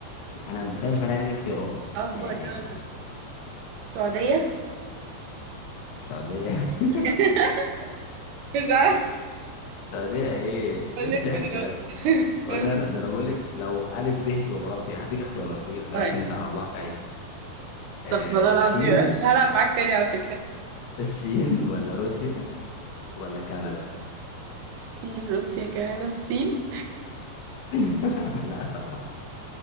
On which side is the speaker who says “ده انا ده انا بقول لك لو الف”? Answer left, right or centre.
Left